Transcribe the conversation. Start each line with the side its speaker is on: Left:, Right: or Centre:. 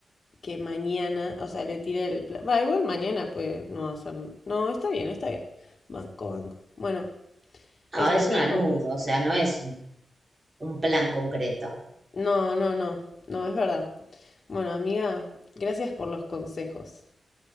Left: que mañana, o sea, le tire el pla- Va, igual mañana puede no hacer. No, está bien, está bien. Banco, banco. Bueno,
Right: Ahora
Left: eso,
Right: es
Left: amiga.
Right: una nude, o sea, no es un, un plan concreto.
Left: No, no, no. No, es verdad. Bueno, amiga, gracias por los consejos.